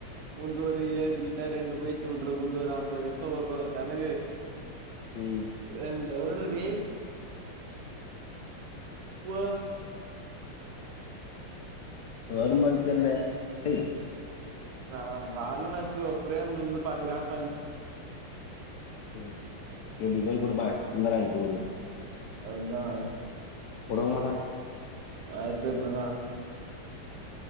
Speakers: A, on the right; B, on the left.
A: உந்து ஒரு ஏழ் இல்ல ரெண்டு போயிச்சுவுட்ருக்கூ உந்து ஒரு அம்பது நிமிஷோ ஓடுற கணக்கு
B: ம்
A: ரெண்டு அவருவே வா
B: கவுர்மெண்டில்ல பெ
A: வ வாரனாச்ல ஒ பிரேமுல் பாதி காசு வாங்ட்
B: ம் எப்டி போய் குடுப்பா இந்தாடா ஐஃபோனுனு
A: ங்கா
B: குடுக்க மாட்டா
A: ஆ தெர்ஞ்சதா